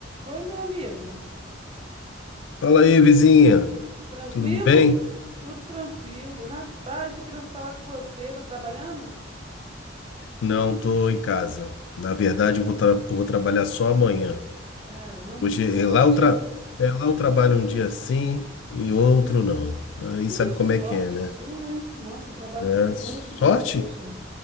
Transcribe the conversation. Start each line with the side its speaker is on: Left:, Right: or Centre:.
Right: Oi, meu amigo.
Left: Fala aí, vizinha.
Right: Tranquilo?
Left: Tudo bem?
Right: Tudo tranquilo. Rapaz, tô querendo falar com você. Tá trabalhando?
Left: Não, tô em casa. Na verdade, eu vou, tra- eu vou trabalhar só amanhã.
Right: Caramba,
Left: Hoje
Right: que
Left: é
Right: sorte,
Left: lá eu tra-
Right: hein?
Left: é lá eu trabalho um dia sim e outro não. Aí
Right: Que
Left: sabe
Right: sorte
Left: como é que é, né?
Right: sua, hein? Nossa, eu trabalho
Left: É,
Right: de segunda
Left: sorte?
Right: a segunda se deixar.